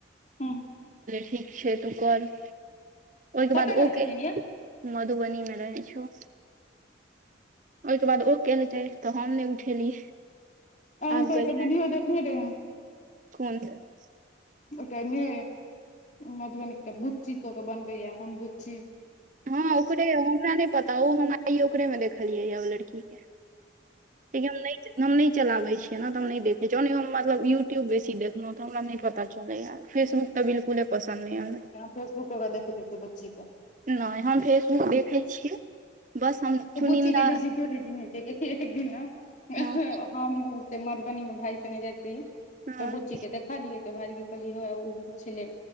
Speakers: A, on the left; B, on the right.
A: हूँ
B: ठीक छै तू कर ओहिके
A: कतऽ
B: बाद
A: रहै
B: ओके
A: छथिन ये
B: मधुबनीमे रहै छौ ओहिके बाद ओ कयल जाै तऽ हम नहि उठेली
A: हुनकर
B: आब
A: एकटा
B: कर
A: वीडियो देखने रहियैन
B: कोनस
A: ओटा ने मधुबनीक गुच्ची क के बनबैया हम गुच्ची
B: हँ ओकरे हमरा नहि पता ओ हम आइ ओकरे मे देखलियै य ओ लड़की के लि हम हम नहि चलाबै छियै ने तऽ देख जौने हम मतलब यूट्यूब बेसी देखलहुँ तऽ हमरा नहि पता चलैय फेसबुक तऽ बिलकुले पसन्द नहिं हमरा
A: फेसबुक वग देख बु क के
B: नहि हम फेसबुक देखै छियै बस हम चुनिन्दा
A: ओ बुच के बेसी खल छी न एकदिन हम
B: हँ
A: से मधुबनी मे भाय सगे जाय रयै
B: हँ
A: तो बुच्ची के देखलियै तऽ कह छल